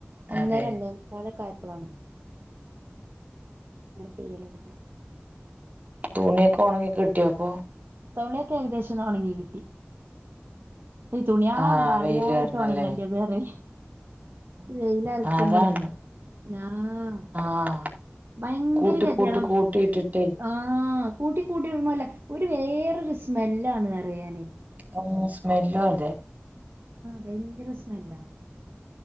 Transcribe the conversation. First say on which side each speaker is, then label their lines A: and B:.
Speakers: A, on the right (about 60°); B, on the right (about 40°).
A: ഒന്നേരം
B: അതെ
A: ഒന്നേ കാലൊക്കെ ആയപ്പോളാണ്. പോയാലോടങ്ങിയെ.
B: തുണിയക്കെ ഉണകിട്ടിയോ അപ്പോ?
A: തുണിയൊക്കെ ഏകദേശം ഉണങ്ങി കിട്ടി. ഈ തുണിയളാണ്
B: ആഹ്
A: കാര്യായിട്ടോണം
B: വെയില് കാരണല്ലേ
A: എ കണ്ടിയത് വറെ. വെയിലറക്കുമ്പോളേ
B: അതാണ്
A: ഞാ-
B: ആഹ്
A: ഭയങ്കര
B: കൂട്ടി
A: കതിയള
B: കൂട്ടി കൂട്ടി ഇട്ടിട്ടേ
A: ആഹ്... കൂട്ട കൂട്ടിടണ അല്ലെ ഒരു വേറൊരു സ്മെല്ലാണ് അറിയാനെ.
B: ഉം സ്മെല്ലും അതെ.
A: ഭയങ്കര സ്മെല്ലാ.